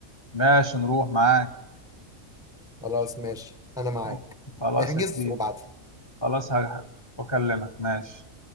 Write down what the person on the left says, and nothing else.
ماشي نروح معاك
أوه. خلاص
يا كبير
خلاص ه- هكلمك ماشي